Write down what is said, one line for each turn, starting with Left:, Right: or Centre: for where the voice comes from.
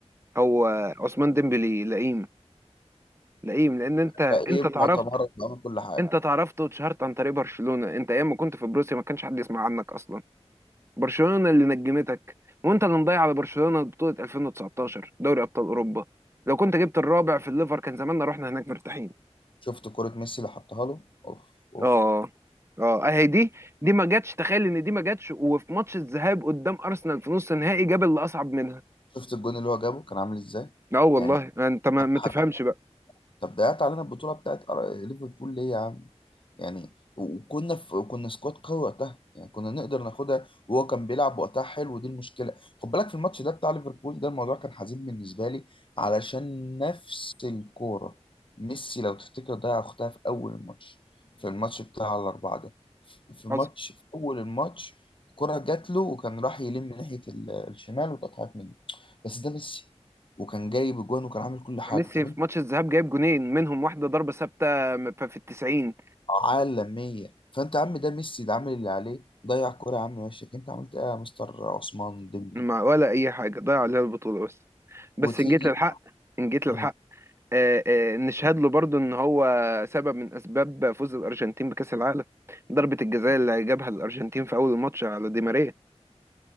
Right: هو عثمان ديمبلي لئيم لئيم لان انت
Left: مترقب
Right: انت تعرفت
Left: وتمرد وعمل كل حاجه
Right: انت تعرفت واتشهرت عن طريق برشلونة انت ايام ما كنت في بروسيا ما كانش حد يسمع عنك اصلا برشلونة اللي نجمتك وانت اللي مضيع على برشلونة بطولة 2019 دوري ابطال اوروبا لو كنت جبت الرابع في الليفر كان زماننا رحنا هناك مرتاحين
Left: شفت كرة ميسي اللي حطها له اوف اوف
Right: اه اه اهي دي دي ما جاتش تخيل ان دي ما جاتش وفي ماتش الذهاب قدام ارسنال في نص النهائي جاب اللي اصعب منها
Left: شفت الجون اللي هو جابه كان عامل ازاي
Right: اه والله
Left: يعني
Right: انت ما,
Left: حط
Right: ما
Left: حاجة
Right: تفهمش بقى
Left: طب ده علينا البطوله بتاعت أر- ليفربول ليه يا عم يعني وكنا في كنا سكواد قوي وقتها يعني كنا نقدر ناخدها وهو كان بيلعب وقتها حلو ودي المشكله خد بالك في الماتش ده بتاع ليفربول ده الموضوع كان حزين بالنسبه لي علشان نفس الكوره ميسي لو تفتكر ضيع اختها في اول الماتش في الماتش بتاع الاربعه ده في ماتش
Right: حصل
Left: في اول الماتش الكره جات له وكان راح يلم من ناحيه ال- الشمال واتقطعت منه بس ده ميسي وكان جايب اجوان وكان عامل كل حاجه
Right: ميسي
Left: طب
Right: في ماتش الذهاب جايب جونين منهم واحده ضربه ثابته م- ف- في التسعين
Left: عالمية فأنت يا عم ده ميسي ده عامل اللي عليه ضيع كرة يا عم وشك أنت عملت إيه يا مستر عثمان ديمبلي
Right: ما ولا اي حاجه ضيع عليها البطوله بس بس
Left: وتيجي
Right: ان جيت للحق ان جيت للحق
Left: مم.
Right: آه، آه، نشهد له برضو ان هو سبب من اسباب فوز الارجنتين بكاس العالم ضربة الجزاء اللي جابها الارجنتين في اول الماتش على دي ماريا